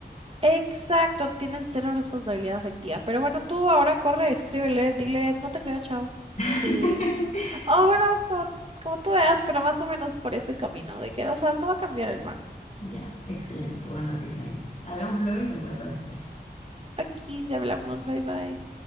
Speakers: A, on the right (about 35°); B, on the left (about 45°).
A: Exacto, tienen cero responsabilidad afectiva. Pero bueno, tú ahora corre, escríbele, dile, no te creo, chao.
B: <laughs>
A: Y... Oh, bueno, como, como tú veas, pero más o menos por ese camino de que, o sea, no va a cambiar el man.
B: Ya, excelente. Bueno, Tiffany, hablamos luego y te cuento después.
A: Aquí ya hablamos, bye bye.